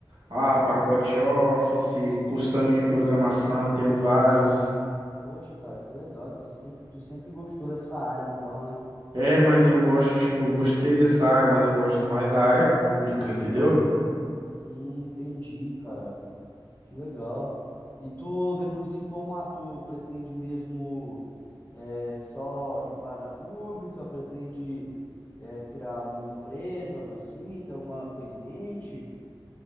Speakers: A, on the right; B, on the left.
A: a pacote Office, curso também de programação, tenho vários.
B: Poxa, cara, que legal. Tu sempre, tu sempre gostou dessa área, então, né?
A: É, mas eu gosto, tipo, eu gostei dessa área, mas eu gosto mais da área pública, entendeu?
B: Hum, entendi, cara. Que legal. E tu, depois de se formar, tu pretende mesmo é, só ir para a área pública? Pretende é, criar alguma empresa, algo assim? Tem alguma coisa em mente?